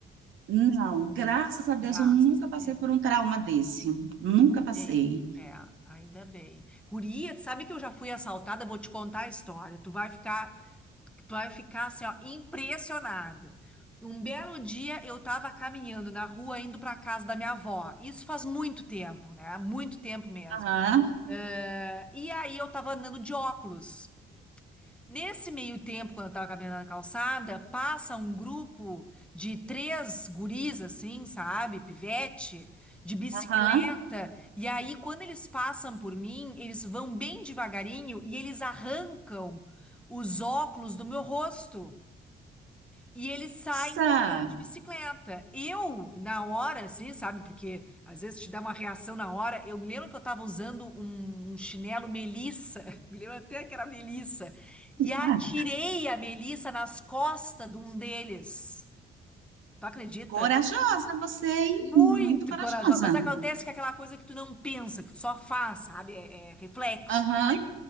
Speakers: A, on the right (about 80°); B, in the centre.
A: Não, graças a Deus
B: Graças
A: eu nunca
B: a Deus.
A: passei por um trauma desse. Nunca
B: Ainda
A: passei.
B: bem. É, ainda bem. Guria, tu sabe que eu já fui assaltada? Vou te contar a história. Tu vai ficar Tu vai ficar assim, ó, impressionada. Um belo dia eu tava caminhando na rua indo pra casa da minha avó. Isso faz muito tempo, né? Muito tempo mesmo.
A: Aham,
B: Eh, E aí eu tava andando de óculos. Nesse meio tempo, quando eu tava caminhando na calçada, passa um grupo de três guris, assim, sabe? Pivete, de bicicleta.
A: aham.
B: E aí, quando eles passam por mim, eles vão bem devagarinho e eles arrancam os óculos do meu rosto. E eles saem
A: Sa-
B: correndo de bicicleta. Eu, na hora, assim, sabe? Porque às vezes te dá uma reação na hora. Eu me lembro que eu estava usando um, um chinelo Melissa, <laughs> me lembro até que era Melissa, e atirei
A: ah,
B: a Melissa nas costas de um deles. Tu acredita?
A: corajosa você, hein?
B: Muito
A: Muito corajosa.
B: corajosa. Mas acontece que é aquela coisa que tu não pensa, que tu só faz, sabe? É, é reflexo.
A: Aham.